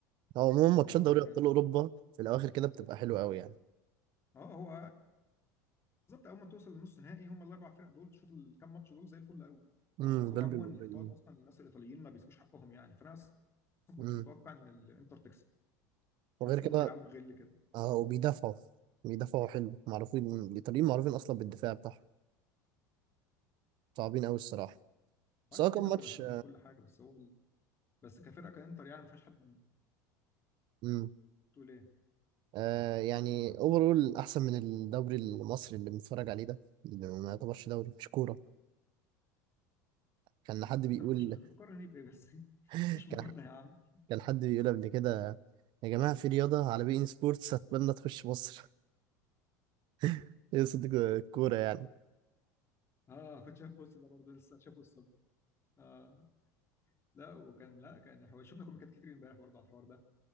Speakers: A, on the right; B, on the left.
A: هو عموما ماتشات
B: اه
A: دوري
B: ده
A: ابطال
B: كان
A: اوروبا في الاواخر كده بتبقى حلوه قوي يعني
B: اه هو بالظبط اول ما توصل لنص نهائي هم الاربع فرق دول تشوف الكام ماتش دول زي الفل قوي
A: امم
B: بس هو
A: دول
B: عموما
A: بيبقوا
B: الايطال
A: قريبين.
B: اصلا الناس الايطاليين ما بيسيبوش حقهم يعني فانا اصلا كنت
A: امم
B: متوقع ان الانتر تكسب تحس
A: وغير كده
B: ان هم بيلعبوا بغل كده
A: اه وبيدافعوا بيدافعوا حلو معروفين الإيطاليين معروفين أصلا بالدفاع بتاعهم صعبين أوي الصراحة
B: اه
A: بس
B: يعني
A: هو كان
B: بيدافعوا
A: ماتش
B: ويهاجموا وكل حاجه بس هو بس كفرقه كانتر يعني ما فيهاش حد
A: امم
B: تقول ايه
A: آه يعني اوفرول أحسن من الدوري المصري اللي بنتفرج عليه ده اللي ما يعتبرش دوري مش كورة كان حد
B: لا
A: بيقول
B: ده مفيش ما انت بتقارن ايه بايه بس <laughs>
A: <laughs>
B: مفيش
A: كان
B: مقارنه يا عم
A: كان حد بيقول قبل كده يا جماعة في رياضة على بي إن سبورتس أتمنى تخش مصر <laughs> يقصد الكورة يعني
B: اه كنت شايف بص ده برضه لسه شافه الصبح اه لا وكان لا كان هو شفنا كوميكات كتير امبارح برضه على الحوار ده